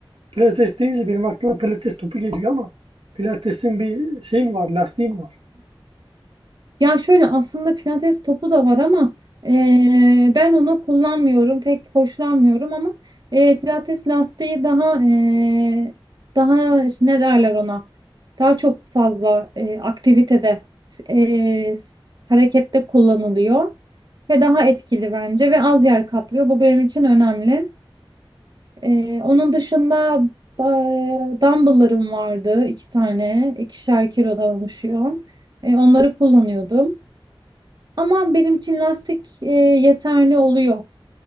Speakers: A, on the right; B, on the right.
A: pilates deyince benim aklıma pilates topu geliyor ama pilatesin bir şey mi var, lastiği mi var?
B: Ya şöyle aslında pilates topu da var ama eee, ben onu kullanmıyorum, pek hoşlanmıyorum ama eee, pilates lastiği daha eee, daha işte ne derler ona? Daha çok fazla eee, aktivitede eee, harekette kullanılıyor ve daha etkili bence ve az yer kaplıyor. Bu benim için önemli. Eee, onun dışında eee, dumbbell'larım vardı iki tane, ikişer kilodan oluşuyor. E, onları kullanıyordum. Ama benim için lastik e, yeterli oluyor.